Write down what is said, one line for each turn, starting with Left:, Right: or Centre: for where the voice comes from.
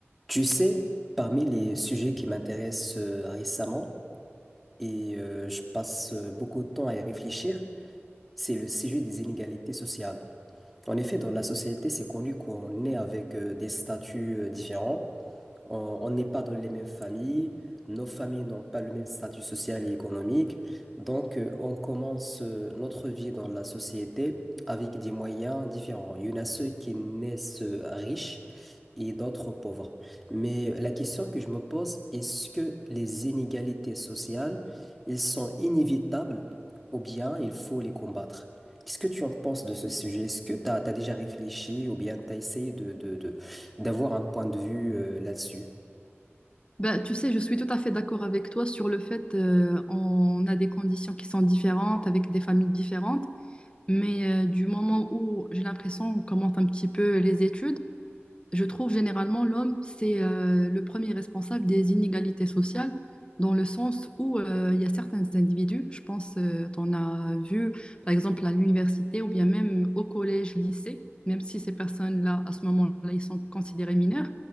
Centre: Tu sais, parmi les sujets qui m'intéressent euh, récemment, et euh, je passe euh, beaucoup de temps à y réfléchir, c'est le sujet des inégalités sociales. En effet, dans la société, c'est connu qu'on est avec euh, des statuts euh, différents. On on n'est pas dans les mêmes familles, nos familles n'ont pas le même statut social et économique, donc euh, on commence euh, notre vie dans la société avec des moyens différents. Il y en a ceux qui naissent euh, riches et d'autres pauvres. Mais la question que je me pose, est-ce que les inégalités sociales, elles sont inévitables ou bien il faut les combattre? Qu'est-ce que tu en penses de ce sujet? Est-ce que tu as, déjà réfléchi ou bien tu as essayé de, de, de- d'avoir un point de vue euh, là-dessus?
Left: Ben, tu sais, je suis tout à fait d'accord avec toi sur le fait euh, on a des conditions qui sont différentes avec des familles différentes, mais euh, du moment où j'ai l'impression on commence un petit peu les études, je trouve généralement l'homme, c'est euh, le premier responsable des inégalités sociales, dans le sens où euh, il y a certains individus, je pense, tu en as vu par exemple à l'université ou bien même au collège, lycée, même si ces personnes-là, à ce moment-là, ils sont considérés mineurs,